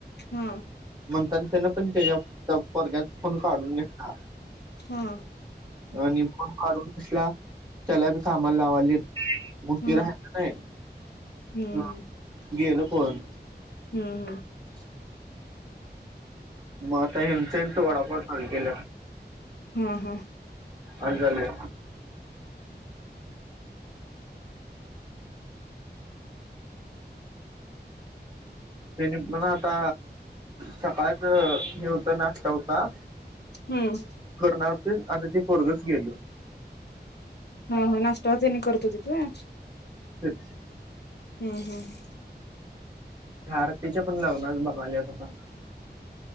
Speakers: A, on the left (about 70°); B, on the right (about 25°).
A: हा
B: म्हणतान त्याने पण त्याच्या पोरग्याचा फोन काढून घेतला
A: हा
B: आणि फोन काढून घेतला त्याला बी कामाला लावलीत मग
A: हा
B: ती नाही
A: हम्म
B: ह
A: हम्म
B: गेल पळून
A: हम्म
B: <inaudible> मग आता ह्यांचा ह्यांचा वडापाव चालू केल्यात
A: हा हा
B: असं झालंय तेने पण आता सकाळच हे होत नाश्ता होता
A: हम्म
B: करणार होतीत आता ते पोरगच गेल
A: हा हा नाश्तावर त्यांनी करत होतीत होय?
B: <inaudible>
A: हम्म हम्म
B: आरतीच्या पण लग्नाच बघाल्यात आता